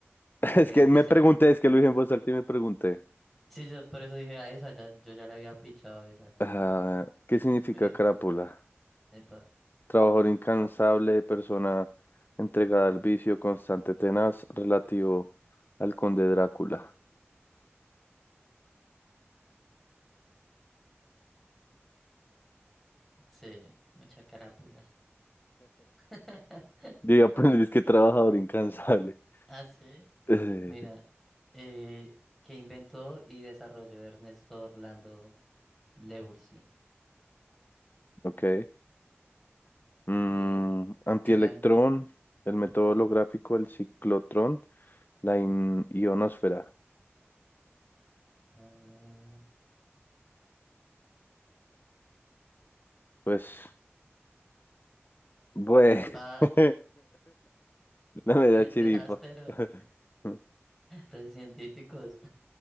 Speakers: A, on the left; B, in the centre.
A: Es
B: Mira
A: que
B: que
A: me
B: sí.
A: pregunté, es que lo dije en voz alta y me pregunté.
B: Sí, yo por eso dije a esa, ya, yo ya le había pichado esa.
A: Ah, ¿qué significa
B: Mira,
A: crápula?
B: epa,
A: Trabajador incansable, persona entregada al vicio, constante, tenaz, relativo al conde Drácula.
B: sí, mucha carápula. <laughs>
A: <laughs> Yo iba a poner, es que trabajador incansable. <laughs>
B: Ah, sí.
A: Eh,
B: Mira, eh, que inventó y desarrolló Ernesto Orlando Lewinson.
A: ok. Mm,
B: Eh,
A: antielectrón,
B: el anti...
A: el
B: Epa.
A: método holográfico, el ciclotrón, la in- ionosfera.
B: Ah,
A: Pues, bueno,
B: epa.
A: <laughs> no me da
B: <laughs>
A: chiripa.
B: Re ásperos,
A: <laughs>
B: re científicos.